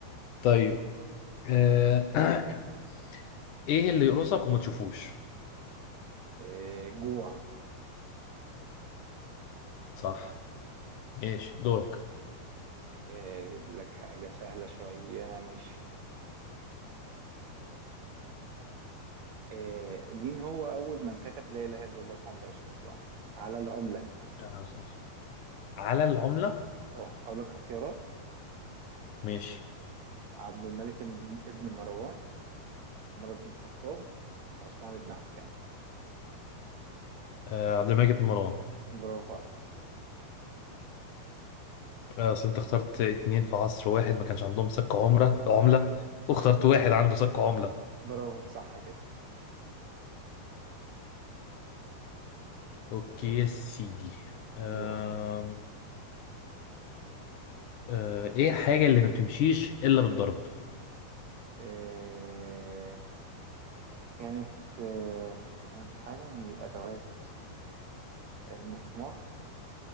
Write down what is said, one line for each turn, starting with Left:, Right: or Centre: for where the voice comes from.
Left: طيب آه. <clears throat> ايه اللي يقرصك وما تشوفوش
Right: آه، جوع
Left: صح ماشي دورك
Right: آه، أجيب لك حاجة سهلة شوية مش آه، مين هو أول من كتب لا إله إلا الله محمد رسول الله على العملة
Left: آه، صح. على العملة
Right: اه أقول لك اختيارات
Left: ماشي
Right: عبد الملك ابن ابن مروان عمر بن الخطاب عثمان بن عفان
Left: آه. عبد الملك بن مروان
Right: برافو عليك
Left: آه، اصل انت اخترت اتنين في عصر واحد ما كانش عندهم سك عمرة
Right: صح
Left: عملة
Right: صح
Left: واخترت
Right: صح
Left: واحد عنده سك عملة
Right: برافو صح كده
Left: اوكي
Right: يلا
Left: يا سيدي أم...
Right: دورك انت
Left: أه... ايه الحاجة اللي ما بتمشيش الا بالضرب
Right: آه كانت آه كانت حاجة من الأدوات المسمار